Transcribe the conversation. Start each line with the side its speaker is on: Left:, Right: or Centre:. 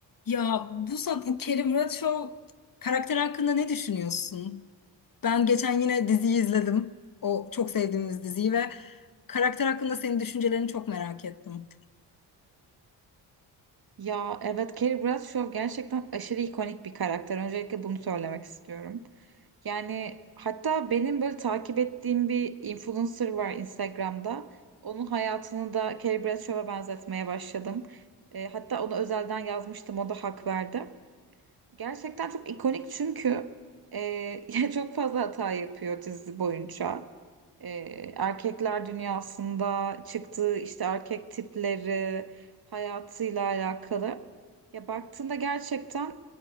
Left: Ya Buse, bu Carrie Bradshaw karakter hakkında ne düşünüyorsun? Ben geçen yine diziyi izledim. O çok sevdiğimiz diziyi ve karakter hakkında senin düşüncelerini çok merak ettim.
Right: Ya evet Carrie Bradshaw gerçekten aşırı ikonik bir karakter. Öncelikle bunu söylemek istiyorum. Yani hatta benim böyle takip ettiğim bir influencer var Instagram'da. Onun hayatını da Carrie Bradshaw'a benzetmeye başladım. E, hatta ona özelden yazmıştım. O da hak verdi. Gerçekten çok ikonik çünkü e, <laughs> ya çok fazla hata yapıyor dizi boyunca. E, erkekler dünyasında çıktığı işte erkek tipleri hayatıyla alakalı. Ya baktığında gerçekten